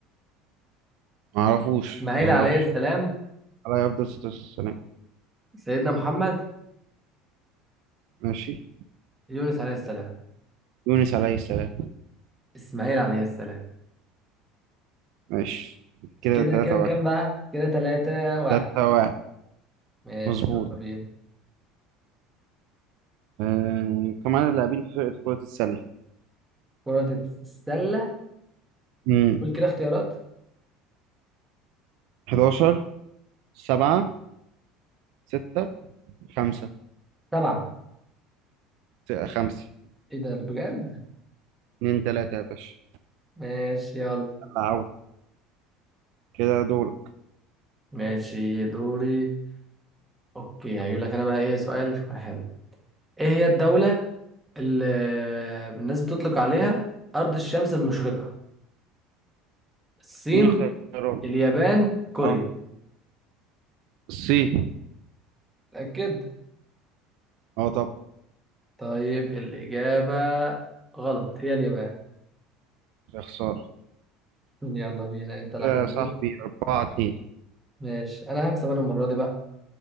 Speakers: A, on the right; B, in the centre.
A: معرفوش
B: اسماعيل
A: معرفش
B: عليه السلام
A: عليه أفضل الصلاة والسلام
B: سيدنا محمد
A: ماشي
B: يونس عليه السلام
A: يونس عليه السلام
B: اسماعيل عليه السلام
A: ماشي كده
B: كده
A: تلاتة
B: كام
A: واحد
B: كام بقى كده ثلاثة واحد
A: تلاتة واحد
B: ماشي
A: مظبوط
B: يلا بينا
A: آه... كم عدد اللاعبين في فرقة كرة السلة؟
B: كرة السلة
A: مم.
B: قول كده اختيارات
A: 11 7 6 5
B: سبعة
A: 5
B: ايه ده بجد
A: 2 3 يا باشا
B: ماشي يلا
A: يلا عود كده دورك
B: ماشي دوري اوكي هجيب لك انا بقى ايه سؤال يكون حلو ايه هي الدولة اللي الناس بتطلق عليها أرض الشمس المشرقة الصين
A: اديني اختيارات
B: اليابان كوريا
A: اه الصين
B: أكيد
A: اه طبعا
B: طيب الإجابة غلط هي اليابان
A: يا خسارة
B: يلا بينا أنت لك
A: يا
B: الدور
A: صاحبي 4 2
B: ماشي أنا هكسب أنا المرة دي بقى